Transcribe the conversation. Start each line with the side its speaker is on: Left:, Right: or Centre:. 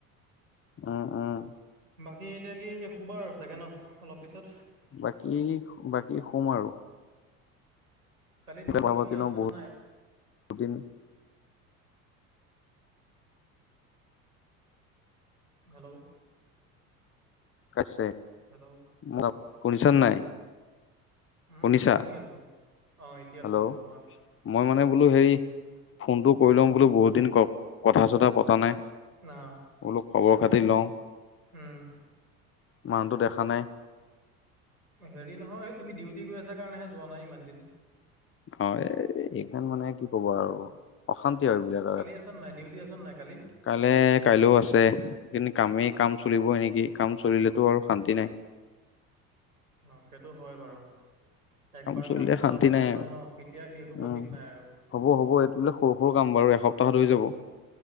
Left: উম উম
Right: বাকী এতিয়া কি শুবা আৰু চাগে ন অলপ পিছত
Left: বাকী বাকী শুম আৰু
Right: কালি
Left: কেইটা
Right: ডিউটি
Left: পঢ়াব
Right: কি
Left: আছে
Right: আছানে
Left: ন বহুত
Right: নাই
Left: বহুদিন
Right: হেল্ল'
Left: আছে
Right: হেল্ল'
Left: মই শুনিছনে নাই?
Right: উম
Left: শুনিছা
Right: উম শুনি আছোঁ অঁ এতিয়া
Left: হেল্ল'
Right: শুনিছোঁ কোৱা
Left: মই মানে বোলো হেৰি ফোনটো কৰি লও বোলো বহুত দিন ক কথা চথা পতা নাই।
Right: না
Left: বোলো খবৰ খাতি লও।
Right: উম
Left: মানুহটো দেখা নাই।
Right: হেৰি নহয় এই তুমি ডিউটি গৈ আছা কাৰণেহে যোৱা নাই ইমান দিন।
Left: অ এ এইখন মানে কি কবা আৰু অশান্তি আৰু এইবিলাকত
Right: কালি আছে নাই ডিউটি আছে নাই কালি?
Left: কাইলে কাইলৈও আছে কিন্তু কামেই কাম চলিবই নেকি কাম চলিলেতটো আৰু শান্তি নাই।
Right: অ সেইটো হয় বাৰু। একবাৰ
Left: চলিলে
Right: কাম চলা
Left: শান্তি
Right: মানে
Left: নাই
Right: আৰু ন কেতিয়া শেষ হ'ব
Left: উম
Right: ঠিক নাই আৰু।
Left: হ'ব হ'ব এইটো বোলে সৰু সৰু কাম বাৰু এসপ্তাহত হৈ যাব।